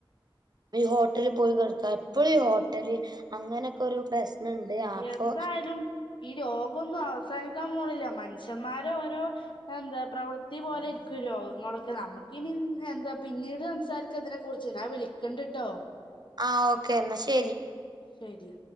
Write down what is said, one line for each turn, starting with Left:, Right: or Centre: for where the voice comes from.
Right: ഈ ഹോട്ടല് പോയി കഴ്ക്ക എപ്പളും ഈ ഹോട്ടല് അങ്ങനക്കെരു പ്രശ്നണ്ട് അപ്പൊ
Left: എന്തായാലും ഈ രോഗൊന്നും അവസാനിക്കാൻ പോണില്ല മനുഷ്യന്മാരോരോ എന്താ പ്രവൃത്തി പോലെ ഇരിക്കും ഈ രോഗങ്ങളൊക്കെ നമുക്കിനി എന്താ പിന്നീട് സംസാരിക്ക ഇതിനെ കുറിച്ച് ഞാൻ വിളിക്കണ്ട്ട്ടോ?
Right: ആഹ് ഓക്കെ എന്നാ ശരി
Left: ശരി